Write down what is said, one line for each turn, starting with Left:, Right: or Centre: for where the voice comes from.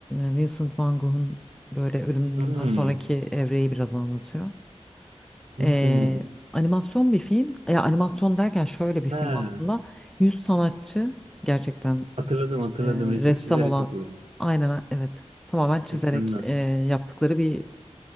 Centre: Ee, Vincent Van Gogh'un böyle ölümünden
Right: Hmm,
Centre: sonraki evreyi biraz anlatıyor.
Right: hiç
Centre: Ee,
Right: duymadım.
Centre: animasyon bir film. Ya animasyon derken şöyle bir
Right: Ha,
Centre: film aslında. Yüz sanatçı gerçekten
Right: hatırladım hatırladım.
Centre: e,
Right: Resim
Centre: ressam
Right: çizerek
Centre: olan
Right: yapıyorum.
Centre: aynen evet tamamen çizerek
Right: Mükemmel.
Centre: e, yaptıkları bir